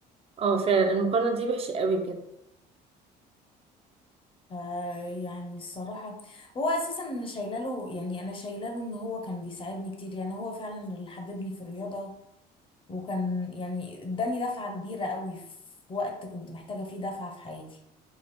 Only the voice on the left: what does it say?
آه، يعني الصراحة هو اساسا انا شايله له يعني انا شايله له ان هو كان بيساعدني كتير يعني هو فعلا اللي حببني في الرياضة وكان يعني اداني دفعة كبيرة قوي في وقت كنت محتاجة فيه دفعة في حياتي